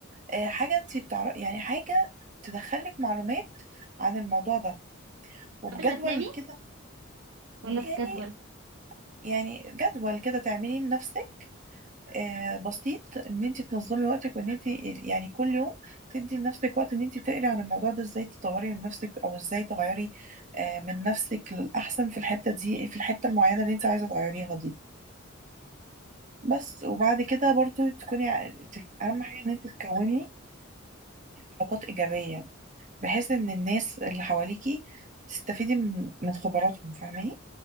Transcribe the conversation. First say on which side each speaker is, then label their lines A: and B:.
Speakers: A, on the right; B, on the right.
A: آه، حاجة انت بتعرفي يعني حاجة تدخلك معلومات عن الموضوع ده وبجدول
B: قبل ما تنامي
A: كده
B: ولا
A: يعني
B: في جدول
A: يعني جدول كده تعمليه لنفسك آه، بسيط ان انت تنظمي وقتك وان انت يعني كل يوم تدي لنفسك وقت ان انت تقري عن الموضوع ده ازاي تطوري من نفسك او ازاي تغيري آه، من نفسك للأحسن في الحتة دي في الحتة المعينة اللي انت عايزة تغيريها دي بس وبعد كده برضو تكوني ع- تك- اهم حاجه ان انت تكوني علاقات ايجابيه بحيث ان الناس اللي حواليكي تستفيدي من من خبراتهم فاهماني